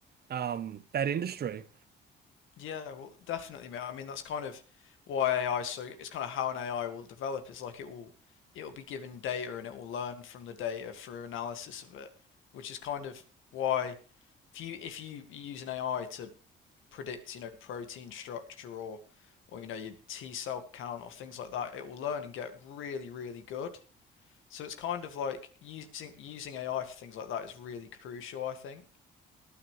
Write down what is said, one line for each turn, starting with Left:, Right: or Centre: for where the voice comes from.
Right: um that industry.
Left: yeah, well, definitely, mate. I mean, that's kind of why AI so it's kind of how an AI will develop. It's like it will it will be given data and it will learn from the data through analysis of it, which is kind of why if you if you use an AI to predict, you know, protein structure or or you know your T cell count or things like that, it will learn and get really really good. So it's kind of like using using AI for things like that is really crucial, I think.